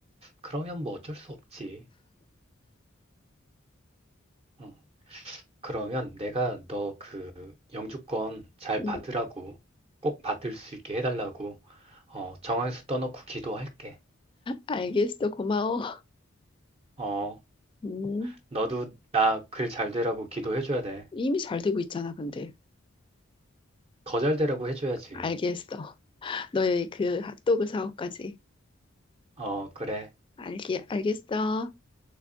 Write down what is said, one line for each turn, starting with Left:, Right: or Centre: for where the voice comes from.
Right: 그러면 뭐 어쩔 수 없지. 어. 그러면 내가 너 그 영주권 잘
Left: 음,
Right: 받으라고 꼭 받을 수 있게 해달라고 어, 정한수 떠놓고 기도할게.
Left: 알겠어. 고마워.
Right: 어,
Left: 음,
Right: 너도 나 글 잘 되라고 기도해줘야 돼.
Left: 이미 잘 되고 있잖아, 근데.
Right: 더 잘 되라고 해줘야지.
Left: 알겠어. 너의 그 핫도그 사업까지.
Right: 어, 그래.
Left: 알게, 알겠어.